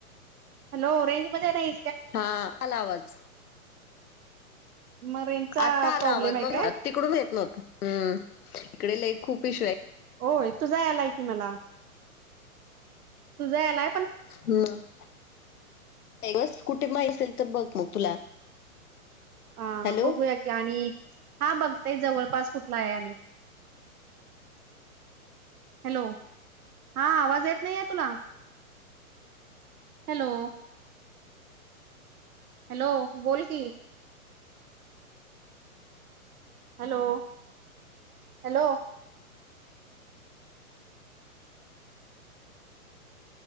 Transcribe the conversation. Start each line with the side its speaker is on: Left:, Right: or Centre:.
Right: हॅलो रेंज मध्ये नाही.
Left: हा आला आवाज
Right: मग रेंजचा
Left: आता आला
Right: प्रॉब्लेम
Left: आवाज
Right: आहे
Left: मग
Right: काय
Left: तिकडून येत नव्हत हम् इकडेले खूप इशू आहे.
Right: होय तूझा यायला की मला तुझा यायला.
Left: हम् बस कुठे माहीत असेल तर बघ मग तुला
Right: अ
Left: हॅलो
Right: बघूया की आणि हा बघताय जवळपास कुठला आहे आणि हॅलो हा आवाज येत नाही आहे तुला- हॅलो, हॅलो बोल की, हॅलो हॅलो